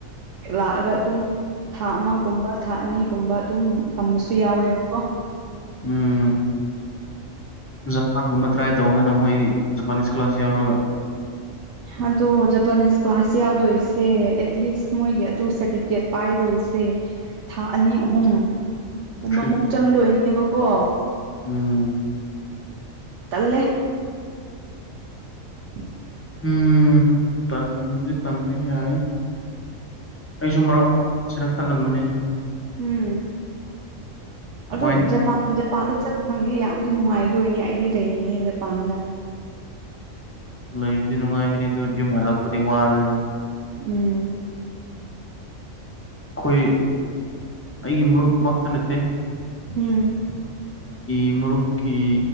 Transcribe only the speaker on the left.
ꯎꯝ ꯖꯄꯥꯟꯒꯨꯝꯕ ꯇ꯭ꯔꯥꯏ ꯇꯧꯗꯅ ꯃꯣꯏ ꯖꯄꯥꯅꯤꯁ ꯀ꯭ꯂꯂꯥꯁ ꯌꯥꯎꯔꯒ
ꯊ꯭ꯔꯤ
ꯎꯝ
ꯎꯝ ꯇꯟꯗꯤ ꯇꯟꯕ ꯌꯥꯏ ꯑꯩꯁꯨ <unintelligible> ꯈꯜꯂꯝꯕꯅꯤꯅꯦ
ꯋꯥꯏꯟ
ꯂꯩꯕꯗꯤ ꯅꯨꯡꯉꯥꯏꯒꯅꯤ ꯑꯗꯨ ꯌꯨꯝ ꯍꯜꯂꯛꯄꯗꯤ ꯋꯥꯔꯅꯤ
ꯑꯩꯈꯣꯏ ꯑꯩꯒꯤ ꯃꯔꯨꯞꯃꯛꯇ ꯅꯠꯇꯦ
ꯀꯤ ꯃꯔꯨꯞꯀꯤ